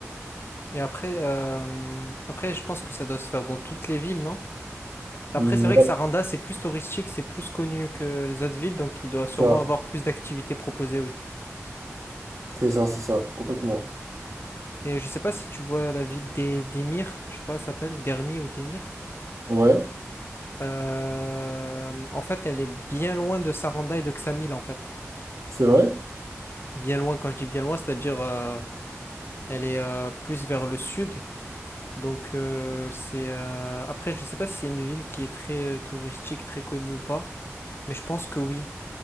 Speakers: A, on the left (about 50°); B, on the right (about 85°).
A: Et après, euh, après, je pense que ça doit se faire dans toutes les villes, non? Enfin,
B: Mm,
A: Après, c'est vrai
B: ouais,
A: que Saranda, c'est plus touristique, c'est plus connu que les autres villes, donc il doit sûrement
B: c'est ça,
A: avoir plus d'activités proposées, oui.
B: c'est ça, c'est ça, complètement.
A: Et je sais pas si tu vois la ville des d'Emir, je crois, qu'elle s'appelle Dermi ou Demir.
B: Ouais,
A: Euh, en fait, elle est bien loin de Saranda et de Ksamil, en fait.
B: c'est vrai?
A: Bien loin, quand je dis bien loin, c'est-à-dire euh, elle est euh, plus vers le sud. Donc euh, c'est euh, après je sais pas si c'est une ville qui est très euh, touristique, très connue ou pas, mais je pense que oui.